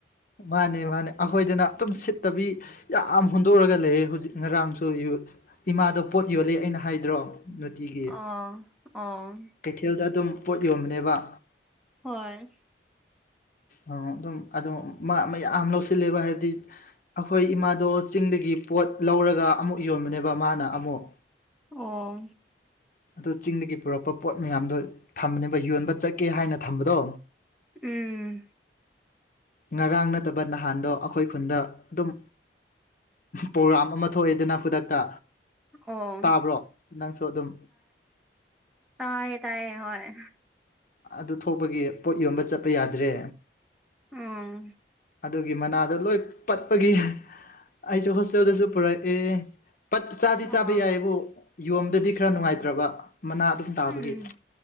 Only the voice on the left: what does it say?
ꯃꯥꯅꯦ ꯃꯥꯅꯦ ꯑꯈꯣꯏꯗꯅ ꯑꯗꯨꯝ ꯁꯤꯠꯇꯕꯤ ꯌꯥꯝ ꯍꯨꯟꯗꯣꯛꯔꯒ ꯂꯩꯌꯦ ꯍꯧꯖꯤꯛ ꯉꯔꯥꯡꯁꯨ ꯌꯨ ꯏꯃꯥꯗꯣ ꯄꯣꯠ ꯌꯣꯜꯂꯦ ꯑꯩꯅ ꯍꯥꯏꯗ꯭ꯔꯣ ꯅꯨꯡꯇꯤꯒꯤ
ꯀꯩꯊꯦꯜꯗ ꯑꯗꯨꯝ ꯄꯣꯠ ꯌꯣꯟꯕꯅꯦꯕ
ꯑꯥ ꯑꯗꯨꯝ ꯑꯗꯣ ꯃꯥ ꯃꯌꯥꯝ ꯂꯧꯁꯤꯜꯂꯦꯕ ꯍꯥꯏꯕꯗꯤ ꯑꯈꯣꯏ ꯏꯃꯥꯗꯣ ꯆꯤꯡꯗꯒꯤ ꯄꯣꯠ ꯂꯧꯔꯒ ꯑꯃꯨꯛ ꯌꯣꯟꯕꯅꯦꯕ ꯃꯥꯅ ꯑꯃꯨꯛ
ꯑꯗꯣ ꯆꯤꯡꯗꯒꯤ ꯄꯨꯔꯛꯄ ꯄꯣꯠ ꯃꯌꯥꯝꯗꯣ ꯊꯝꯕꯅꯦꯕ ꯌꯣꯟꯕ ꯆꯠꯀꯦ ꯍꯥꯏꯅ ꯊꯝꯕꯗꯣ
ꯉꯔꯥꯡ ꯅꯠꯇꯕ ꯅꯍꯥꯟꯗꯣ ꯑꯈꯣꯏ ꯈꯨꯟꯗ ꯑꯗꯨꯝ ꯄ꯭ꯔꯣꯒ꯭ꯔꯥꯝ ꯑꯃ ꯊꯣꯛꯑꯦꯗꯅ ꯈꯨꯗꯛꯇ
ꯇꯥꯕ꯭ꯔꯣ ꯅꯪꯁꯨ ꯑꯗꯨꯝ
ꯑꯗꯨ ꯊꯣꯛꯄꯒꯤ ꯄꯣꯠ ꯌꯣꯟꯕ ꯆꯠꯄ ꯌꯥꯗ꯭ꯔꯦ
ꯑꯗꯨꯒꯤ ꯃꯅꯥꯗꯣ ꯂꯣꯏ ꯄꯠꯄꯒꯤ ꯑꯩꯁꯨ ꯍꯣꯁꯇꯦꯜꯗꯁꯨ ꯄꯨꯔꯛꯑꯦ ꯄꯠ ꯆꯥꯗꯤ
ꯆꯥꯕ ꯌꯥꯏꯌꯦꯕꯨ ꯌꯣꯝꯕꯗꯗꯤ ꯈꯔ ꯅꯨꯡꯉꯥꯏꯇ꯭ꯔꯕ ꯃꯅꯥ ꯑꯗꯨꯝ ꯇꯥꯕꯒꯤ